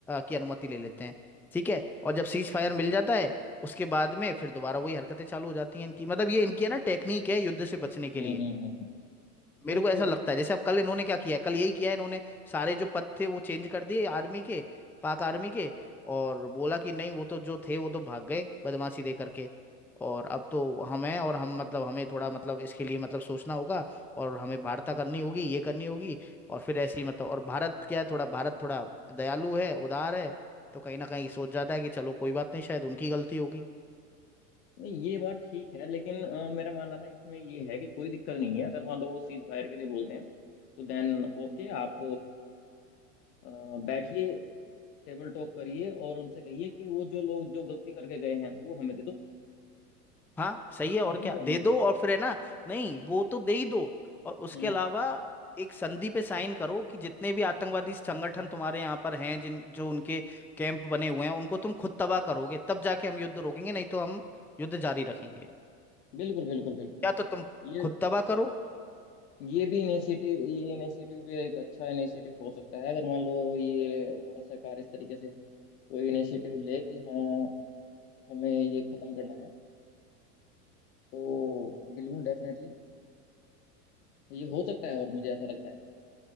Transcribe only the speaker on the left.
हम्म
हम्म हम्म, हम्म।
नहीं
तो
नहीं ये बात ठीक है लेकिन अ, मेरा मानना ना इसमें ये है कि कोई दिक्कत नहीं है अगर मान लो वो सीज फायर के लिए बोलते हैं तो देन ओके आप अ, बैठिए टेबल टॉक करिए और उनसे कहिए कि वो जो लोग जो गलती करके गए हैं वो हमें दे दो
इसमें
क्या
बुरी
बात है
हम्म
बिल्कुल बिल्कुल बिल्कुल
ये
ये भी इनिशिएटिव ये इनिशिएटिव भी एक अच्छा इनिशिएटिव हो सकता है अगर मान लो ये भारत सरकार इस तरीके से कोई इनिशिएटिव ले कि हाँ हमें ये खत्म करना है तो बिल्कुल डेफिनेटली ये हो सकता है और मुझे ऐसा लगता है